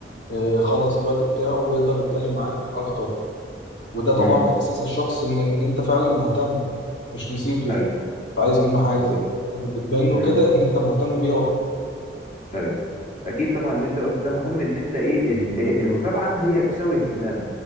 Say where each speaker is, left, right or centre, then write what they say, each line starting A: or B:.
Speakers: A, on the left (about 80°); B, on the left (about 45°).
A: آه، خلص الوقت بتاعه ويقدر يتكلم معاك اكتر وده طبعا
B: امم
A: بيحسس الشخص ان ان انت فعلا مهتم مش نسيته مش
B: ايوه
A: عايز منه حاجه
B: بالظبط
A: طب بتبين له
B: امم
A: كده ان انت مهتم بيه اكتر
B: ايوه اكيد طبعا اللي انت قلته ده مهم ان انت ايه ال- إيه، المتابعه هي تساوي اهتمام